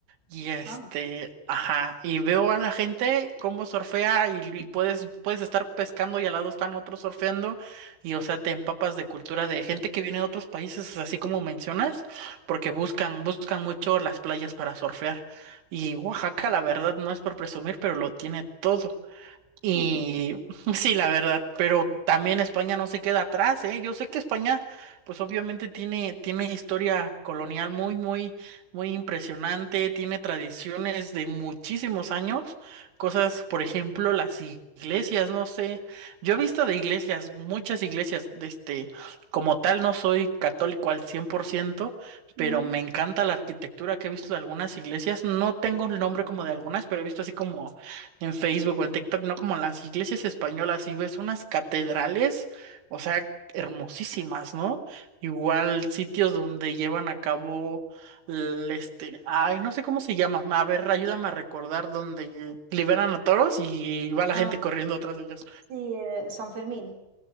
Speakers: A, on the right (about 80°); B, on the right (about 55°).
A: Y este,
B: Ajá.
A: ajá, y veo a la gente cómo surfea y, y puedes, puedes estar pescando y al lado están otros surfeando y o sea, te empapas de cultura de gente que viene de otros países, así como mencionas, porque buscan, buscan mucho las playas para surfear. Y Oaxaca, la verdad, no es por presumir, pero lo tiene todo. Y
B: <laughs>
A: <laughs> sí, la verdad, pero también España no se queda atrás, ¿eh? Yo sé que España, pues obviamente tiene, tiene historia colonial muy, muy, muy impresionante, tiene tradiciones de muchísimos años, cosas, por ejemplo, las iglesias, no sé, yo he visto de iglesias, muchas iglesias, de este, como tal no soy católico al cien por ciento
B: Ujú.
A: pero me encanta la arquitectura que he visto de algunas iglesias, no tengo el nombre como de algunas, pero he visto así como en Facebook o en TikTok, ¿no? Como las iglesias españolas, y ves unas catedrales, o sea, hermosísimas, ¿no? Igual sitios donde llevan a cabo, el, este, ay, no sé cómo se llama, a ver, ayúdame a recordar donde liberan a toros y va la
B: Ah,
A: gente corriendo atrás de ellos.
B: sí, eh, San Fermín,